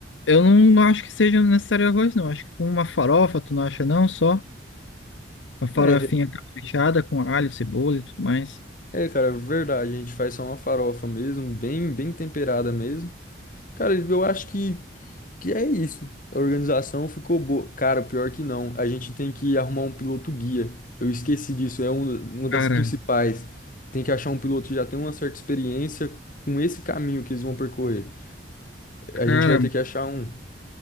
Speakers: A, on the left; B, on the left.
A: eu não acho que seja necessário arroz, não. Acho que com uma farofa, tu não acha não? Só uma farofinha
B: É,
A: caprichada com alho, cebola e tudo mais.
B: é, cara, é verdade. A gente faz só uma farofa mesmo, bem, bem temperada mesmo. Cara, eu acho que, que é isso. A organização ficou boa. Cara, pior que não. A gente tem que arrumar um piloto guia. Eu esqueci disso, é um- uma das
A: Cara,
B: principais. Tem que achar um piloto que já tem uma certa experiência com esse caminho que eles vão percorrer. A
A: cara,
B: gente vai ter que achar um.